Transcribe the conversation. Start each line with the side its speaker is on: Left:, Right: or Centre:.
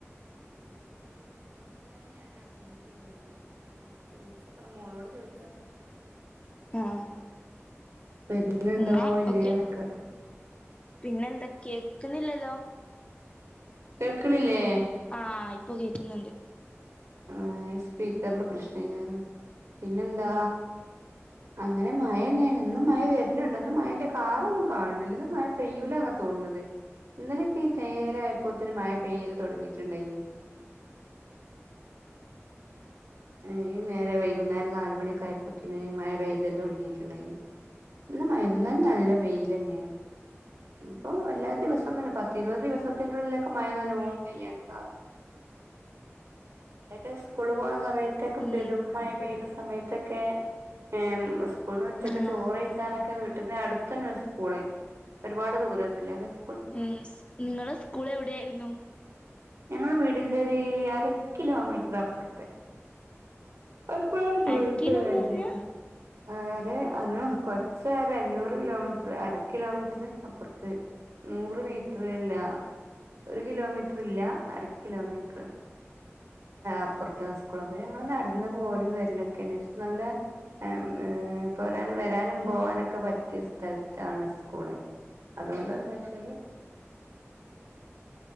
Right: ഞങ്ങളുടെ വീട്ടിൽ വരുന്നതായിട്ട് ഞാൻ അറിഞ്ഞിട്ടില്ല ഇനി അറിയി ചോദിച്ചോക്കണം മോളോട് ചോദിച്ചോക്കണം
Left: ആഹ്
Right: വരുന്നുണ്ടാവോ
Left: എന്നാ
Right: ഇല്ലയേന്നൊക്ക
Left: ഓക്കെ പിന്നെന്താ കേക്കുന്നില്ലല്ലോ
Right: ക്കണില്ലേ
Left: ആ ഇ ഇപ്പ കേക്കുന്നുണ്ട്
Right: ഏ സ്പീക്കറിന്റെ പ്രശ്നയ്ക്കാരം പിന്നെന്താ അങ്ങനെ മയ തന്നെയാണ് ഇന്നും മയ വരുന്നുണ്ട് മന്നും മയന്റെ കാറൊന്നും കാണണില്ലന്നും മയ പെയ്യൂലന്ന തോന്നണത് ഇന്നലക്കെ ഈ നേര ആയപ്പോത്തന് മയ പെയ്യല് തൊടങ്ങിട്ടുണ്ടായിനി ഈ നേരെ വൈകുന്നേരം നാലുമണിയൊക്കെ ആയപ്പത്തിന് മയ പെയ്ത് തുടങ്ങിയിട്ടുണ്ടായിന് ഇന്ന് മഴ എന്നാലും നല്ല വെയില് തന്നെയാണ് ഇപ്പൊ വല്ലാത്ത ദിവസം തന്ന പത്തിരുപത് ദിവസത്തിന്റെ ഉള്ളിലൊക്കെ മയ നല്ലണം പെയ്യാനും സാധ്യതയൊക്കെ ഇസ്കൂളിലേക്ക് പോണ സമയത്ത് <unintelligible>
Left: ഉം
Right: പെരും മഴ പെയ്യണസ സമയത്തൊക്കെ ഏ സ് ക്കൂൾന്ന് ഉച്ചക്ക്
Left: ആഹ്
Right: ചോറ് വെഴിച്ചാനൊക്കെ വി <unintelligible> അടുത്ത് തന്നെ സ്കൂള് ഒരുപാട് ദൂരൊന്നുല്ല പക്ഷ
Left: ഉം സ് നിങ്ങളെ സ്കൂൾ എവിടെയായിരുന്നു
Right: ഞങ്ങള വീടിന്റെ ഒരു അര കിലോമീറ്റർ അപ്പുറത്ത് അതിപ്പോ <unintelligible>
Left: അരിക്കയിലോന്ന് പറഞ്ഞാ
Right: ആര് അന്ന് കൊറച്ച നേര അഞ്ഞൂറ് കിലോമീറ്റർ അര കിലോമീറ്റർ അപ്പുറത്ത് നൂറ് മീറ്റർ അല്ല ഒരു കിലോമീറ്റർ ഇല്ല അര കിലോമീറ്റർ അപ്പുറത്ത് ആ സ് സ്കൂള അപ്പൊ ഞങ്ങള് നടന്ന് പോലും വരിലൊക്കെേ ന്നെ പക്ഷെ നല്ല മ്മ് പോരാനും വരാനും പോവാനൊക്കെ പറ്റിയ സ്ഥലത്താണ് സ്കൂള് അതുകൊണ്ട് എന്താച്ചാല്